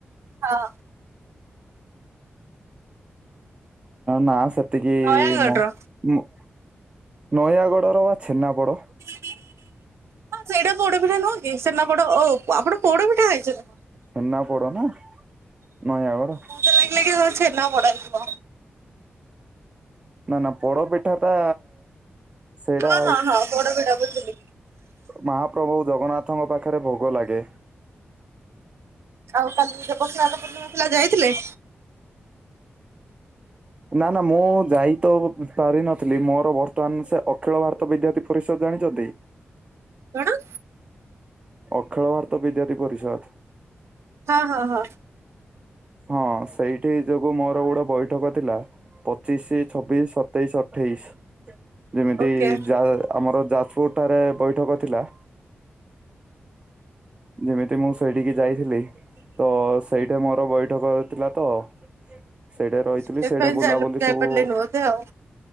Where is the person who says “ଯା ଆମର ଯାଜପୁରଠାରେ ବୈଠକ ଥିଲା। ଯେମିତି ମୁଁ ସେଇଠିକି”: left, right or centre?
Right